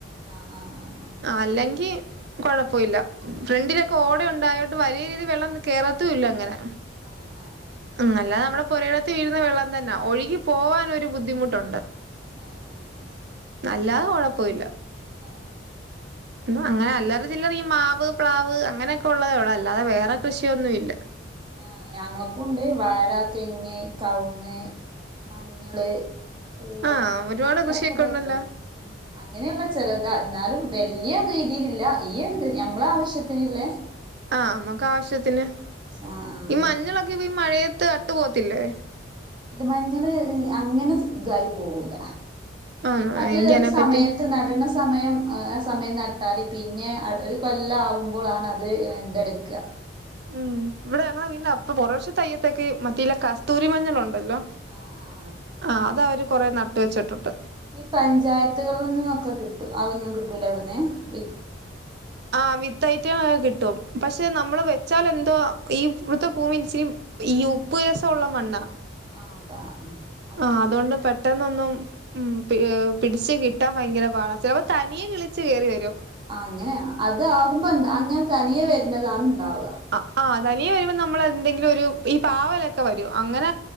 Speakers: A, on the right; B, on the right.
A: ആഹ് ആഹ് ആഹ്
B: അല്ലെങ്കി കൊഴപ്പില്ല ഫ്രണ്ടിലൊക്കെ ഓടെ ഉണ്ടായോണ്ട് ണ്ട് വലിയ രീതിൽ വെള്ളം കേറത്തും ഇല്ല അങ്ങനെ
A: ആഹ് ആഹ്
B: ഉ അല്ലാതെ നമ്മുടെ പുരയിടത്തി വീഴുന്ന വെള്ളം തന്നെ ഒഴുകി പോകൻ ഒരു ബുദ്ധിമുട്ടുണ്ട്
A: ആഹ് ആഹ് ആഹ്
B: അല്ലതെ കുഴപ്പല്ല
A: ആഹ് ആഹ്
B: ന്ന അങ്ങനെ അല്ലാറ ചില്ലറ ഈ മാവ് പ്ലാവ് അങ്ങനെയൊക്കെ ഉള്ളതേ ഉള്ളൂ അല്ലാതെ വേറെ കൃഷിയൊന്നുമില്ല ഇല്ല
A: ആ ഞങ്ങൾക്കുണ്ട് വാഴ തെങ്ങ് കവുങ്ങ് മഞ്ഞള് കൂവ
B: ആഹ് ഒരുപാട്
A: അങ്ങനെയുള്ളതൊക്കെ
B: കൃഷിയൊക്കെ ഉണ്ടല്ലോ
A: ഇങ്ങനെയുള്ള ചെറുതാ എന്നാലും വല്യ രീതിയില് ഈല്ല ഈ ഒരു ഞമ്മള ആവശ്യത്തിന് ഉളള
B: ആഹ് നമ്മക്കാവിശ്യത്തിന്
A: ആഹ് ആഹ്
B: ഈ മഞ്ഞളക്കിപ്പോ ഇ മഴയത്ത് അട്ടു പോവത്തില്ലേ
A: ഇത് മഞ്ഞള് അങ്ങനെ ഇതായി പോവൂല
B: ആന്നോ
A: അത്
B: എനിക്കതിനെപ്പറ്റി
A: ഒര് സമയത്ത് നട്ണ സമയം ആ സമയം നട്ടാല് പിന്നെ അതൊരു കൊല്ലാവുമ്പോള്ളാണ് അത് ഇതെടുക്ക
B: ഉം ഇവടെ ഞങ്ങളെ വീട്ൻ്റെ അപ് പൊറ വശത്തയ്യത്തൊക്കെ ഈ മറ്റീല്ല കസ് തൂരിമഞ്ഞളുണ്ടല്ലോ
A: ആഹ് ആഹ്
B: ആഹ് അതവര് കൊറെ നട്ട് വെച്ചിട്ടുണ്ട്.
A: ഈ പഞ്ചായത്തുകളിന്ന് ഒക്കെ കിട്ടും. അതൊന്നും കിട്ടൂല അവട്ന്ന്. വി
B: ആഹ് വിത്തൈറ്റം കിട്ടും. പക്ഷെ നമ്മള് വെച്ചാലെന്തോ ഈ വ്ടത്തെ ഭൂമി ഇച്ചിരി ഈ ഉപ്പ് രസൊള്ള മണ്ണാ.
A: ആഹ് അതാ. ഹാ
B: ആഹ് അതോണ്ട് പെട്ടെന്നൊന്നും ഉം പി പിട്ച്ച് കി ട്ടാൻ ഭയങ്കരപാടാ. ചിലപ്പ തനിയെ കിളിച്ച് കേറിവരും.
A: ആഹ് അങ്ങനെയാണൊ. അതാകുമ്പോ അങ്ങനെ തനിയെ വര്നതാണ് ഇണ്ടാവ.
B: അഹ്ആഹ് തനിയെ വരുമ്പോ നമ്മളെ ന്തെങ്കിലൊരു ഈ പാവലൊക്കെ വരു. അങ്ങന